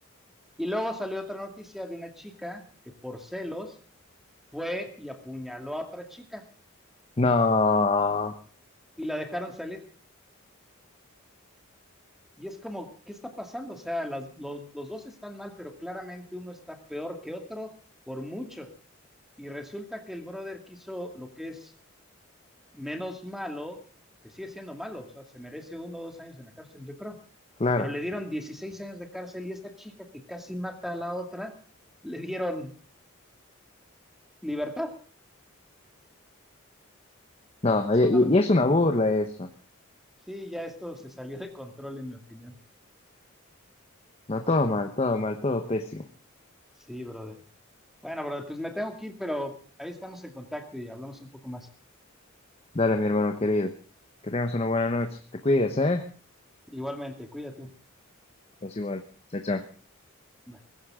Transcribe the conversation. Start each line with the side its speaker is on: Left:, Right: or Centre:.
Centre: Y luego salió otra noticia de una chica que por celos fue y apuñaló a otra chica
Left: no,
Centre: y la dejaron salir. Y es como, ¿qué está pasando? O sea, las, lo- los dos están mal, pero claramente uno está peor que otro por mucho. Y resulta que el brother quiso lo que es menos malo, que sigue siendo malo, o sea, se merece uno o dos años en la cárcel, yo creo.
Left: claro,
Centre: Pero le dieron 16 años de cárcel y esta chica que casi mata a la otra, le dieron libertad.
Left: no,
Centre: Es
Left: y,
Centre: una...
Left: y- y es una burla eso,
Centre: Sí, ya esto se salió de control, en mi opinión.
Left: no, todo mal, todo mal, todo pésimo.
Centre: Sí, brother. Bueno, brother, pues me tengo que ir, pero ahí estamos en contacto y hablamos un poco más.
Left: Dale, mi hermano querido. Que tengas una buena noche. Te cuidas, ¿eh?
Centre: Igualmente, cuídate.
Left: Pues igual. Chao, chao.
Centre: Bye.